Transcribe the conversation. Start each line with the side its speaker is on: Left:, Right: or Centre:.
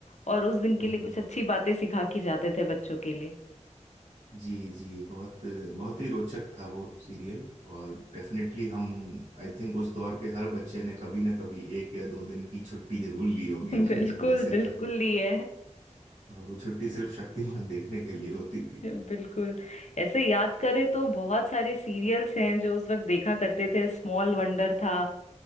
Left: और उस दिन
Right: इंट
Left: के लिए कुछ अच्छी बातें सिखा के जाते थे बच्चों के लिए
Right: जी जी बहुत बहुत ही रोचक था वो सीरियल और डेफिनेटली हम आई थिंक उस दौर के हर बच्चे ने कभी ना कभी एक या दो दिन की छुट्टी जरूर ली होगी
Left: <laughs>
Right: अपने
Left: बिल्कुल
Right: स्कूल से
Left: बिल्कुल
Right: जो
Left: ही है
Right: और वो छुट्टी सिर्फ शक्तिमान देखने के लिए होती थी
Left: बिल्कुल ऐसे याद करें तो बहुत सारे सीरियल्स हैं जो उस वक्त देखा करते थे स्मॉल वंडर था